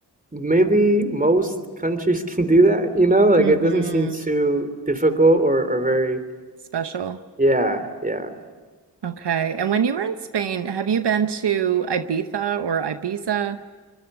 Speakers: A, on the right (about 20°); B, on the right (about 80°).
A: maybe most countries <laughs> can do that, you know? Like
B: Mm-hmm.
A: it doesn't seem too difficult or, or very
B: Special.
A: yeah, yeah.
B: Okay. And when you were in Spain, have you been to Ibiza or Ibiza?